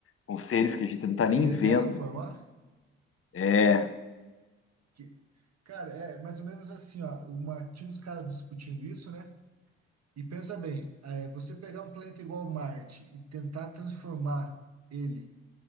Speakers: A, on the left; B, on the right.
A: Com seres que a gente não está nem
B: Querer
A: vendo.
B: terraformar?
A: É,
B: Que, cara, é mais ou menos assim, ó, uma, tinha uns caras discutindo isso, né? E pensa bem, é, você pegar um planeta igual Marte e tentar transformar ele